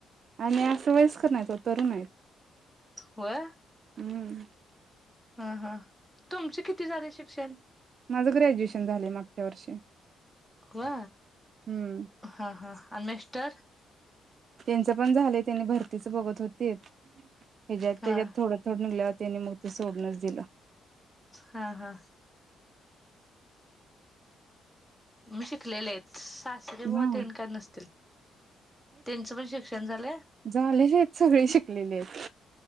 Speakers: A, on the right; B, in the centre.
A: आणि असं वयस्कर नाहीत तरुण आहेत.
B: होय?
A: हं
B: हा हा तुमचे किती झाले शिक्षण?
A: माझं ग्रॅज्युएशन झालंय मागच्या वर्षी.
B: ह
A: हम्म
B: हा हा आणि मिस्टर?
A: त्यांचं पण झालंय त्यांनी भरतीच बघत होते. ह्याच्यात
B: हा
A: त्याच्यात थोडंथोडं निघल्यात. त्यांनी मग ते सोडूणच दिलं.
B: हा हा मग शिकलेले आहेत. सासरे बुवा
A: हा
B: तेन काय नसतील? त्यांचं पण शिक्षण झालं,
A: झालेेत सगळे शिक लेलेयत.